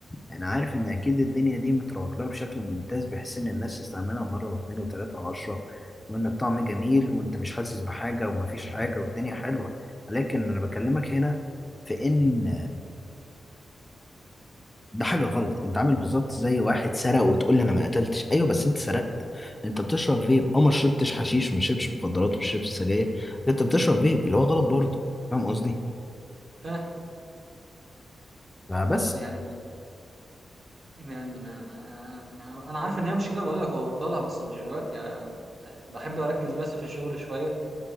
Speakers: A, on the left; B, on the right.
A: انا عارف ان اكيد الدنيا دي متروج لها بشكل ممتاز بحيث ان الناس تستعملها مره واثنين وثلاثه وعشره وان الطعم جميل وانت مش حاسس بحاجه ومفيش حاجه والدنيا حلوه لكن انا بكلمك هنا في ان ده حاجه غلط انت عامل بالظبط زي واحد سرق وتقول لي انا ما قتلتش ايوه بس انت سرقت انت بتشرب فيب اه ما شربتش حشيش وما شربتش مخدرات وما شربتش سجاير انت بتشرب فيب اللي هو غلط برضه فاهم قصدي
B: فاهم
A: فبس
B: بس يعني يعني انا يعني انا عارف ان هي مشكلة بقول لك وهبطلها بس مش دلوقتي يعني بحب اركز بس في الشغل شوية